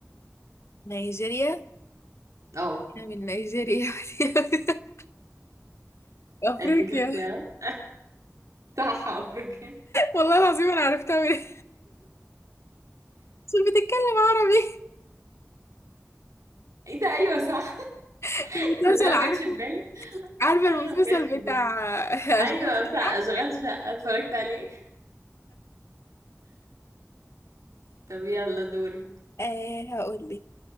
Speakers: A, on the left; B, on the right.
A: نيجيريا
B: اه
A: احنا من نيجيريا <laughs> افريقيا
B: أديك اختيارات
A: <laughs>
B: <laughs> صح أفريقيا <laughs>
A: والله العظيم انا عرفت اعمل ايه عشان بتتكلم عربي
B: ايه ده ايوه صح
A: <laughs> المسلسل
B: <laughs> ده ما
A: عارفه
B: جاتش في بالي <laughs>
A: عارفه
B: آه،
A: المسلسل
B: ما جاتش في بالي
A: بتاع <laughs>
B: ايوه
A: اشغال شقة؟
B: بتاع اشغال شقه اتفرجت عليه طب يلا دوري
A: آه هقول لك